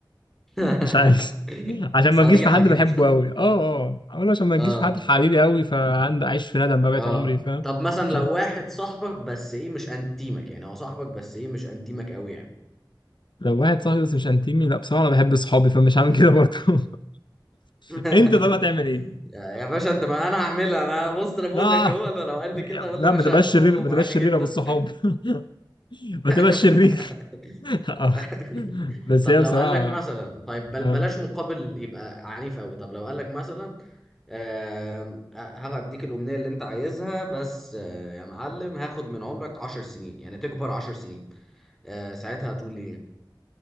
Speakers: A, in the centre; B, on the left.
A: <laughs>
B: مش عايز عشان
A: صريحه
B: ما تجيش في حد بحبه
A: كده
B: قوي اه اه اقول عشان ما
A: اه
B: تجيش في حد حبيبي قوي فعندي عايش في ندم بقى بقيت
A: اه
B: عمري فاهم
A: طب مثلا
B: عشان
A: لو واحد صاحبك بس ايه مش انتيمك يعني هو صاحبك بس ايه مش انتيمك قوي يعني
B: لو واحد صاحبي بس مش انتمي لا بصراحه انا بحب اصحابي فمش هعمل كده برضه <laughs>
A: <laughs>
B: انت طب هتعمل ايه؟
A: يا يا باشا انت ما انا هعملها انا بص انا بقول
B: لا
A: لك اهو انا لو قال لي كده اقول
B: لا
A: له يا باشا
B: ما تبقاش
A: خدهم
B: شرير ما تبقاش
A: عادي
B: شرير
A: جدا
B: يا ابو الصحاب <laughs> ما
A: <laughs>
B: تبقاش شرير <laughs> آه.
A: <laughs>
B: بس
A: طب
B: هي
A: لو
B: بصراحه
A: قال لك مثلا طيب بل
B: اه
A: بلاش مقابل يبقى عنيف قوي طب لو قال لك مثلا آم، هديك الأمنية اللي أنت عايزها بس آه، يا معلم هاخد من عمرك عشر سنين يعني تكبر عشر سنين آه، ساعتها هتقول لي إيه؟